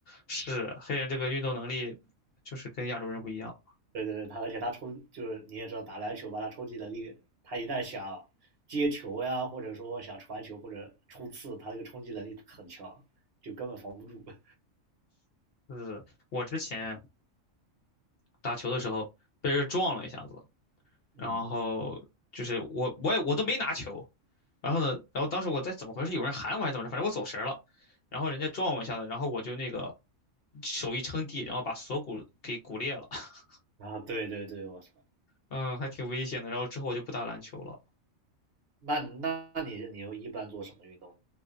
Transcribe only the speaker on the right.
对对对，他而且他冲就是你也知道打篮球吧，他冲击能力，他一旦想接球呀，或者说想传球或者冲刺，他那个冲击能力很强，就根本防不住。<laughs>
嗯，
啊，对对对，我操，
那那你你又一般做什么运动呢？